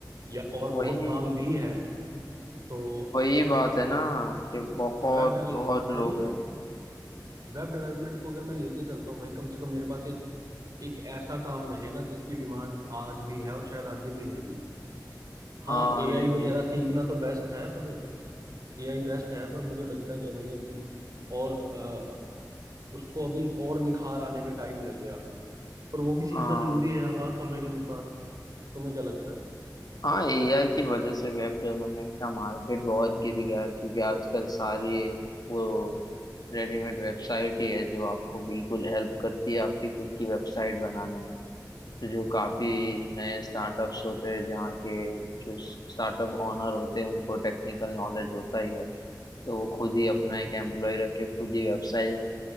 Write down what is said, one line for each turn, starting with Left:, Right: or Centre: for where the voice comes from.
Right: या और
Left: वही
Right: बहुत काम भी है तो
Left: वही
Right: अगर
Left: बात है ना कि बहुत
Right: वेब डेवल
Left: बहुत
Right: वही
Left: लोग हैं
Right: वेब डेवलपमेंट को अगर मैं लेके चलता हूँ भाई कम से कम मेरे पास एक एक ऐसा काम रहेगा जिसकी डिमांड आज भी है और शायद आगे भी रहेगी हाँ
Left: हाँ
Right: एआई
Left: लेकिन
Right: वगैरह सीखना तो बेस्ट है पर एआई बेस्ट है पर मुझे लगता है कि भाई अभी और अ, उसको अभी और निखार आने में टाइम लगेगा पर वो भी सीखना
Left: हाँ
Right: जरूरी है हाँ समय के अनुसार तुम्हें क्या लगता है
Left: हाँ एआई की वजह से वेब डेवलपमेंट का मार्केट बहुत गिर गया है, क्योंकि आजकल सारी वो रेडीमेड वेबसाइट ही है जो आपको बिल्कुल हेल्प करती है आपकी खुद की वेबसाइट बनाने में तो जो काफी नए स्टार्टअप्स होते हैं जहाँ के जो स्टार्टअप ओनर होते हैं उनको टेक्निकल नॉलेज होता ही है तो वो खुद ही अपना एक एम्प्लॉय रख के खुद ही वेबसाइट